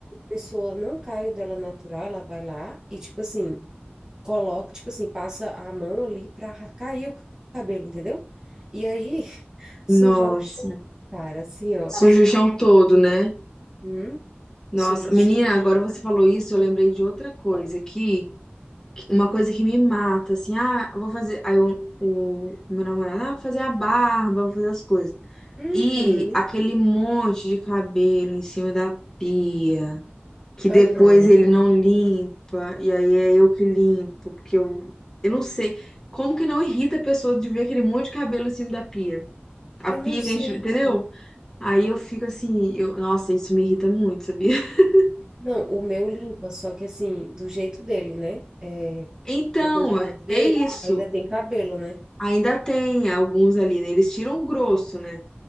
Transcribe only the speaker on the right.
pessoa não cai o dela natural, ela vai lá e, tipo assim, coloca, tipo assim, passa a mão ali pra cair o cabelo, entendeu? E aí, <laughs> sujar
o chão, cara, assim, ó.
<laughs>
Hum,
suja
o chão.
Uhum,
aham.
Eu
não sei,
cara.
Não, o meu limpa, só que assim, do jeito dele, né? É,
depois eu vou ver,
ainda tem cabelo, né?